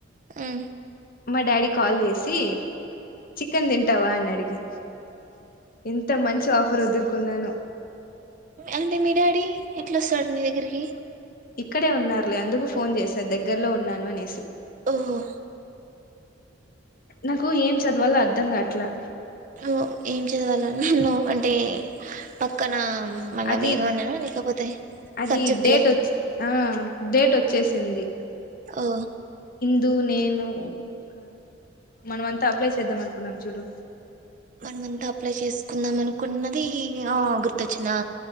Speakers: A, on the right; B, on the left.
A: హు
B: మా డాడీ కాల్ చేసి చికెన్ తింటావా అని అడిగే ఇంత మంచి ఆఫర్ వదులుకున్నానో
A: అంటే మీ డాడీ ఎట్లా వస్తాడు నీ దగ్గరికి
B: ఇక్కడే ఉన్నారులే అందుకు ఫోన్ చేసారు దగ్గరలో ఉన్నాను అనేసి
A: ఓహో
B: నాకు ఏం చదవాలో అర్ధంగాట్లా
A: హో ఏం చదవాలి అని ఉన్నావు అంటే పక్కన మనం
B: అది
A: ఏమన్నమో లేకపోతే
B: అది
A: సబ్జెక్ట్ల
B: డేట్ వచ్చ ఆ డేట్ వచ్చేసింది
A: ఓ
B: ది నేను ఇంకా మనం అంతా అప్లై చేద్దాం అనుకున్నాం చూడు
A: మనమంతా అప్లై చేసుకుందాం అనుకున్నది ఆ గుర్తొచ్చింది ఆ